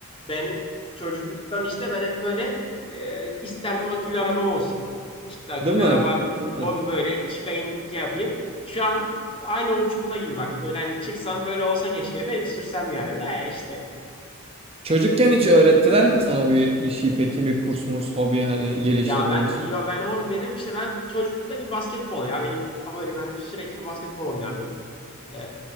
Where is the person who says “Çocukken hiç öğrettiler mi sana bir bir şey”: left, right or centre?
Right